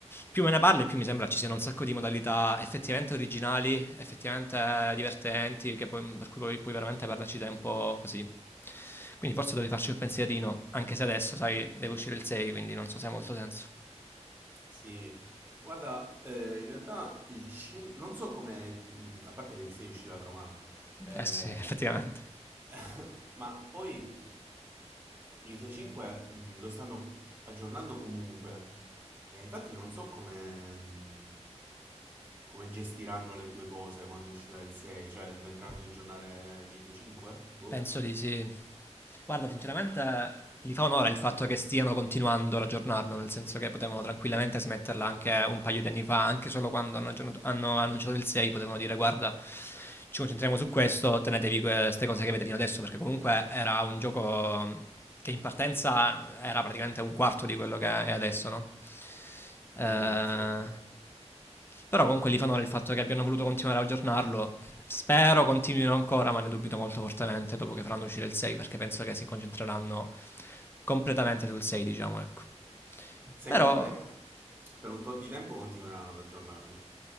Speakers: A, on the left; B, on the right.
A: più me ne parli, più mi sembra ci siano un sacco di modalità effettivamente originali, effettivamente divertenti, che poi- per cui puoi, puoi veramente perderci tempo così. Quindi forse dovevi farci un pensierino, anche se adesso, sai, deve uscire il 6, quindi non so se ha molto senso.
B: Sì, guarda, eh, in realtà il 5, non so come, mh, a parte che il 6 uscirà tra un anno, eh,
A: Eh sì, effettivamente.
B: <laughs> ma poi GTA 5 mh, lo stanno aggiornando comunque, e infatti non so come, mh, come gestiranno le due cose quando uscirà il 6, cioè smetteranno di aggiornare GTA 5? Boh.
A: Penso di sì. Guarda, sinceramente gli fa onore il fatto che stiano continuando ad aggiornarlo, nel senso che potevano tranquillamente smetterla anche un paio di anni fa, anche solo quando hanno, aggiornato- hanno annunciato il 6, potevano dire guarda, ci concentriamo su questo, tenetevi queste cose che avete fino adesso, perché comunque era un gioco che in partenza era praticamente un quarto di quello che è adesso, no? Eh,
B: Mm, sì.
A: Però comunque gli fa onore il fatto che abbiano voluto continuare ad aggiornarlo Spero continuino ancora, ma ne dubito molto fortemente dopo che faranno uscire il 6, perché penso che si concentreranno completamente sul 6, diciamo, ecco.
B: Secondo
A: Però,
B: me, per un tot di tempo continueranno ad aggiornarlo.